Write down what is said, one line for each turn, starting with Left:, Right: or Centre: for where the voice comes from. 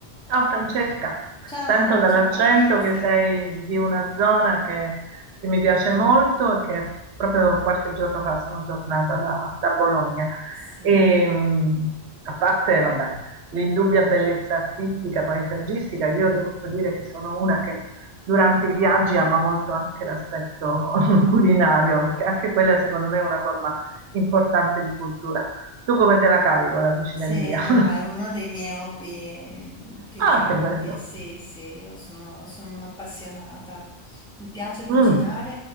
Right: Ciao Francesca,
Centre: Ciao,
Right: sento dall'accento
Centre: ciao Patrizia.
Right: che sei di una zona che, che mi piace molto e che proprio qualche giorno fa sono tornata da, da Bologna.
Centre: Sì,
Right: E, mh, a parte, vabbè, l'indubbia bellezza artistica, paesaggistica, io devo dire che sono una che durante i viaggi ama molto anche l'aspetto <laughs> culinario, perché anche quella secondo me è una forma importante di cultura. Tu come te la cavi con la cucina
Centre: sì,
Right: Emilia?
Centre: no,
Right: <laughs>
Centre: è uno dei miei hobby mm, più
Right: Ah,
Centre: grandi.
Right: che bello!
Centre: Sì, sì, io sono, sono un'appassionata. Mi piace cucinare,
Right: Mh,